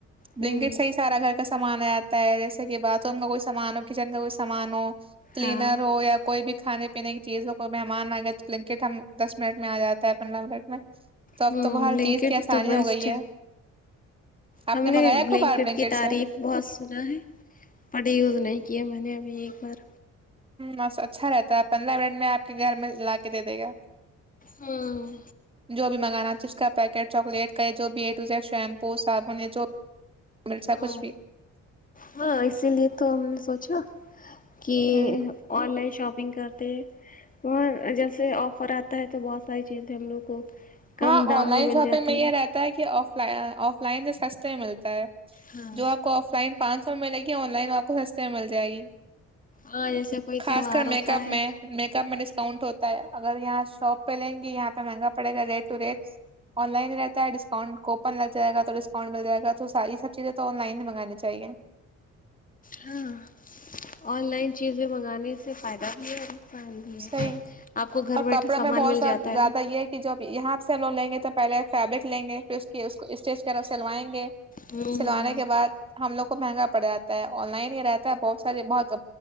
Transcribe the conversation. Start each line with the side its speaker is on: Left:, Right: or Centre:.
Left: ہوں
Right: بنگٹ صحیح سارا گھر سمان ہے ہوتا ہے جیسے کہ باتھ روم کا کوئی سامان ہو کچن کا کوئی سامان ہو کلینر
Left: ہاں
Right: ہو یا کوئی بھی کھانے پینے کی چیز ہو کوئی مہمان آ گیا تو لنکٹ ہم دس منٹ میں آ جاتا ہے پندرہ منٹ میں تو اب
Left: ہوں
Right: تو ہر
Left: لنک
Right: چیز کی آسانی
Left: تو بیسٹ
Right: ہو گئی
Left: ہے
Right: آپ
Left: ہم
Right: منگایا
Left: نے بلینکٹ
Right: کو بار بلنکٹ
Left: کی تعریف
Right: سے
Left: بہت سنا ہے پ یوز نہیں کیا میں نے ابھی ایک بار
Right: ہس اچھا رہتا ہے پندرہ منٹ میں آپ کے گھر میں لا کے دے دے گا
Left: ہوں
Right: جو بھی منگانا جس کا پیکٹ چاکلیٹ کا ہے جو بیٹز ہے شیمپو صابن ہے جو مل سا
Left: ہ
Right: کچھ بھی
Left: ہاں اسی لیے تو ہم نے سوچا کہ
Right: ہ
Left: آن لائن شاپنگ کرتے ہیں وہ جیسے آفر آتا ہے تو بہت ساری چیزیں ہم لوگ کو کم
Right: ہاں
Left: دام
Right: آن لائن
Left: میں مل
Right: شاپنگ
Left: جاتی
Right: میں یہ رہتا ہے کہ آ آف لائن سے سستے میں ملتے اور <inaudible>
Left: ہاں
Right: جو آپ کو آف لائن پانچ سو میں ملے گی آن لائن آپ کو س سے مل جائے گی
Left: ہاں جیسے کوئی
Right: خاص
Left: تہوار
Right: کر میک
Left: ہوتا
Right: اپ
Left: ہے
Right: میں میک اپ میں ڈسکاؤنٹ ہوتا اگر یہاں شاپ پہ لیں گی یہاں پہ مہنگا پڑے گا توورت آن لائن ہی رہتا ہے ڈسکاؤنٹ کوپن لگ جائے گا تو ڈسکاؤنٹ مل جائے گا تو ساری یہ سب چیزیں تو آن لائن ہی منگانی چاہیے
Left: ہاں آن لائن چیزیں منگانے سے فائدہ بھی ہے نقصان بھی ہے
Right: صحیح
Left: آپ کو گھر
Right: اور
Left: بیٹھے
Right: کپڑا
Left: سامان
Right: میں بہت
Left: مل
Right: س
Left: جاتا
Right: زیادہ یہ ہے کہ جب یہاں سے ہم لوگ لیں گے تو پہلے فیبرک لیں گے پھر اس کی اس کو اسٹیج کر سلوائیں گے
Left: ہوں
Right: سلوانے کے بعد ہم لوگ مہنگا پڑ جا ہے آن لائن ہی رہتا ہے بہت سارے بہت